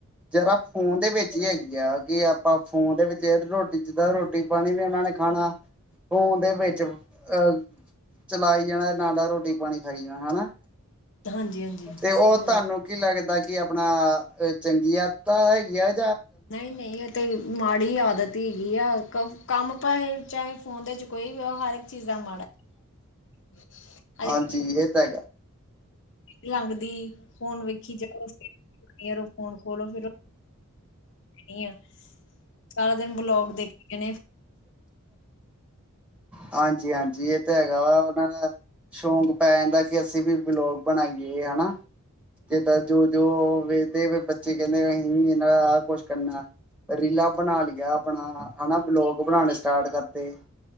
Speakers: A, in the centre; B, on the left (about 60°).
A: ਜਰਾ ਫੋਨ ਦੇ ਵਿੱਚ ਈ ਹੈਗੀ ਆ ਜੇ ਆਪਾਂ ਫੋਨ ਦੇ ਵਿੱਚ ਰੋਟ ਜਿੱਦਾਂ ਰੋਟੀ-ਪਾਨੀ ਵੀ ਏਨਾਂ ਨੇ ਖਾਣਾ ਫੋਨ ਦੇ ਵਿੱਚ ਅ ਚਲਾਈ ਜਾਣਾ ਨਾਲ-ਨਾਲ ਰੋਟੀ-ਪਾਨੀ ਖਾਈ ਜਾਣਾ ਹੈਨਾਂ।
B: ਹਾਂਜੀ ਹਾਂਜੀ
A: ਤੇ
B: ਸਹੀ
A: ਓ
B: ਗੱਲ
A: ਤਾਨੂੰ
B: ਹੈ।
A: ਕੀ ਲੱਗਦਾ ਕੀ ਆਪਣਾ ਚੰਗੀ ਆਦਤਾਂ ਹੈਗੀ ਐਂ।
B: ਨਈ-ਨਈ ਓ ਤੇ ਮਾੜੀ ਆਦਤ ਈ ਹੈਗੀ ਆ ਕੰਮ ਪਾਏ ਚਾਹੇ ਫੋਨ ਦੇ ਇਚ ਕੋਈ ਵੀ ਹੋ ਹਰ ਇੱਕ ਚੀਜ਼ ਦਾ ਮਾੜਾ। <unintelligible>
A: ਹਾਂਜੀ ਇਹ ਤਾਂ ਹੈਗਾ
B: ਲਾੰਗਦੀ ਫੋਨ ਵੇਖੀ ਜਾਓ ਇਅਰ ਫੋਨ ਖੋ ਲੋ ਫੇਰ ਅ ਏਅਰ ਸਾਰਾ ਦਿਨ ਬਲੋਗ ਦੇਖੀ ਜਾਣੇ।
A: ਹਾਂਜੀ-ਹਾਂਜੀ ਏ ਤੇ ਹੈਗਾ ਵਾ ਓਨਾਂ ਨੇ ਸ਼ੌਂਕ ਪੈ ਜਾਂਦਾ ਕਿ ਅਸੀਂ ਵੀ ਬਲੋਗ ਬਣਾਈਏ ਹਨਾ ਜਿੱਦਾਂ ਜੋ-ਜੋ ਵੇਖਦੇ ਵੀ ਬੱਚੇ ਕੈਂਦੇ ਅਸੀਂ ਵੀ ਏਨਾ ਐ ਕੁਛ ਕਰਨਾ। ਰੀਲਾ ਬਣਾ ਲਿਆ ਆਪਣਾ ਹਨਾ ਬਲੋਕ ਬਣਾਣੇ ਸਟਾਰਟ ਕਾਰਤੇ।